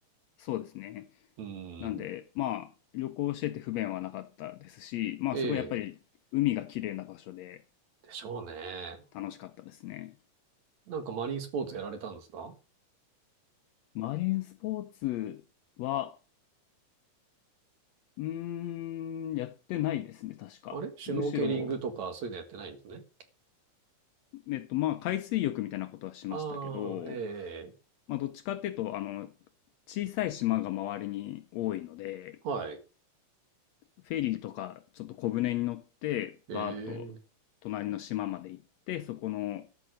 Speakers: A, on the left; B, on the right.
A: そうですね。
B: うん。
A: なんで、まあ、旅行してて不便はなかったですし、まあ、
B: ええ、
A: すごいやっぱり海が綺麗な場所で
B: でしょうね。
A: 楽しかったですね。
B: なんかマリンスポーツやられたんですか
A: マリンスポーツは、うーん、やってないですね、確か。
B: あれシュノーケリングとかそういうのやってないんですね。
A: むしろ、えっと、まあ、海水浴みたいなことはしましたけど、
B: ああ、ええ、
A: まあ、どっちかっていうと、あの、小さい島が周りに多いので、
B: はい。
A: フェリーとか、ちょっと小船に乗って、
B: ええ、
A: バーッと隣の島まで行って、そこの